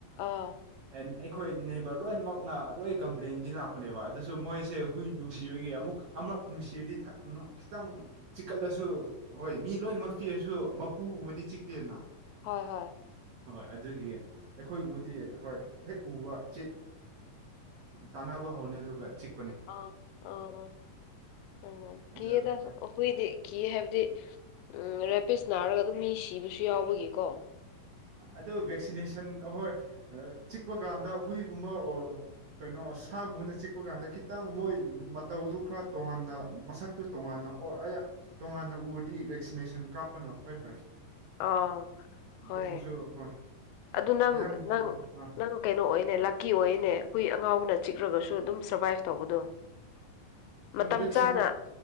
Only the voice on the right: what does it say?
ꯑꯦꯟ ꯑꯩꯈꯣꯏ ꯅꯦꯕꯔ ꯂꯣꯏꯅꯃꯛꯅ ꯂꯣꯏ ꯀꯝꯄ꯭ꯂꯦꯟꯗꯤ ꯂꯥꯛꯄꯅꯦꯕ ꯑꯗꯨꯁꯨ ꯃꯣꯏꯁꯦ ꯍꯨꯏ ꯅꯨ ꯅꯨꯡꯁꯤꯕꯒꯤ ꯑꯃꯨꯛ ꯑꯃꯛ ꯅꯨꯡꯁꯤꯔꯗꯤ ꯊꯛꯂꯨ ꯈꯤꯇꯪ ꯆꯤꯛꯀꯠꯂꯁꯨ ꯍꯣꯏ ꯃꯤ ꯂꯣꯏꯅꯃꯛ ꯆꯤꯛꯑꯁꯨ ꯃꯄꯨꯒꯨꯝꯕꯗꯤ ꯆꯤꯛꯇꯦꯅ
ꯍꯣꯏ ꯑꯗꯨꯒꯤ ꯑꯩꯈꯣꯏꯒꯨꯝꯕꯗꯤ ꯍꯣꯏ ꯍꯦꯛ ꯎꯕ ꯆꯦꯠ ꯇꯅꯥꯕ ꯍꯧꯅꯦ ꯑꯗꯨꯒ ꯆꯤꯛ
ꯑꯗꯣ ꯍꯣꯏ
ꯑꯗꯨꯣ ꯚꯦꯛꯁꯤꯅꯦꯁꯟ ꯑꯍꯣꯏ ꯆꯤꯛꯄ ꯀꯥꯟꯗ ꯍꯨꯏꯒꯨꯝꯕ ꯑꯣ ꯀꯩꯅꯣ ꯁꯥꯒꯨꯝꯕꯅ ꯆꯤꯛꯄ ꯀꯥꯟꯗ ꯈꯤꯇꯪ ꯃꯣꯏ ꯃꯇꯧꯗꯨ ꯈꯔ ꯇꯣꯉꯥꯟꯅ ꯃꯁꯛ ꯇꯨ ꯇꯣꯉꯥꯟꯅ ꯑꯣ ꯑꯩꯍ ꯇꯣꯉꯥꯟꯅ ꯎꯔꯗꯤ ꯚꯦꯛꯁꯤꯅꯦꯁꯟ ꯀꯥꯞꯄꯅ ꯈ꯭ꯣꯏ ꯐꯩ
ꯑꯗꯨꯁꯨ ꯍꯣꯏ
ꯑꯌꯥꯝꯕꯅ
ꯑꯥ
ꯚꯦꯛꯁꯤꯟ